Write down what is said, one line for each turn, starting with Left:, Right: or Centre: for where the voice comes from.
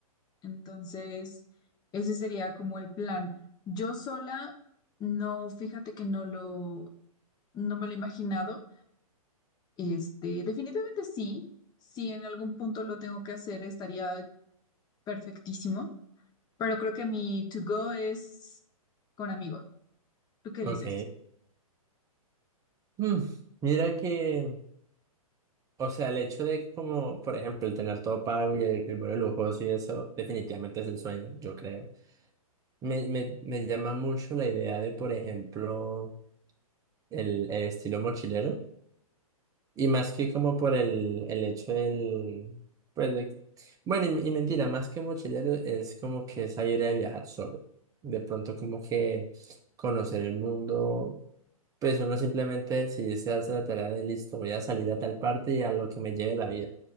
Left: Entonces, ese sería como el plan. Yo sola, no, fíjate que no lo, no me lo he imaginado. Este, definitivamente sí, si en algún punto lo tengo que hacer, estaría perfectísimo, pero creo que mi to go es con amigos. ¿Tú qué
Right: Ok.
Left: dices?
Right: Mm, Mira que, o sea, el hecho de como, por ejemplo, el tener todo pago y el, el vuelo lujoso y eso, definitivamente es el sueño, yo creo. Me, me, me llama mucho la idea de, por ejemplo, el, el estilo mochilero. Y más que como por el, el hecho del... Pues de- bueno, y, y mentira, más que mochilero es como que esa idea de viajar solo. De pronto como que conocer el mundo, pues uno simplemente decidirse darse la tarea de listo, voy a salir a tal parte y a lo que me lleve la vida.